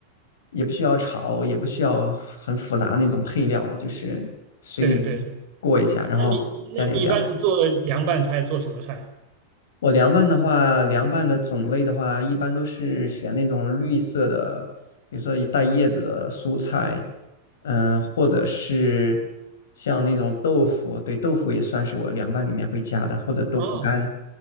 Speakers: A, on the left (about 60°); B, on the right (about 45°).
A: 也不需要炒，也不需要很复杂那种配料，就是水里面过一下，
B: 对对对，
A: 然后加点料。
B: 那你那你一般是做凉拌菜，做什么菜？
A: 我凉拌的话，凉拌的种类的话，一般都是选那种绿色的，比如说带叶子的蔬菜，嗯，或者是像那种豆腐，对，豆腐也算是我凉拌里面会加的，或者豆腐干，
B: 哦